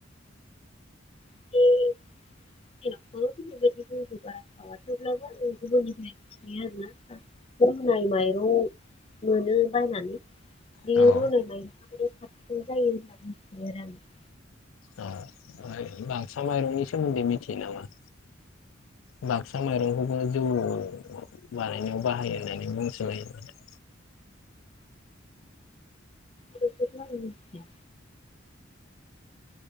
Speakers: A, on the left; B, on the left.
A: <unintelligible> <inaudible> जोंनिथि बारा सावा थेवब्लाबो आङो गुबुननिफ्राइ मिथियो आरो ना रुनाय माइरं मोनो बायनानै <unintelligible>
B: औ ओ बाक्सा माइरंनि सोमोन्दै मिथियो नामा? बाक्सा माइरंखौबो जौ बानायनायाव बाहायो होननानै बुंसोबायो माथो।
A: बेखोथ' आङो मिथिया